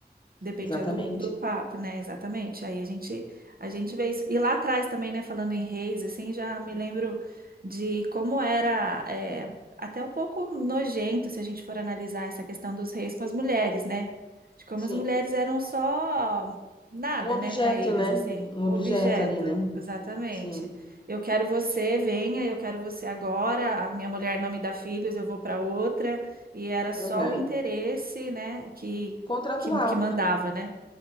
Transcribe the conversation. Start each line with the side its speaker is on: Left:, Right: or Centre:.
Right: Dependia
Left: exatamente.
Right: do, do papo, né? Exatamente. Aí a gente, a gente vê isso. E lá atrás também, né? Falando em reis, assim, já me lembro de como era é, até um pouco nojento se a gente for analisar essa questão dos reis com as mulheres, né? De como
Left: Sim.
Right: as mulheres eram só nada,
Left: Um objeto,
Right: né, para eles,
Left: né?
Right: assim,
Left: Um objeto
Right: objeto.
Left: ali, né?
Right: Exatamente.
Left: Sim.
Right: Eu quero você, venha, eu quero você agora. A minha mulher não me dá filhos, eu vou para outra. E era só
Left: Aham.
Right: o interesse, né? Que
Left: Contratual.
Right: que, que mandava, né?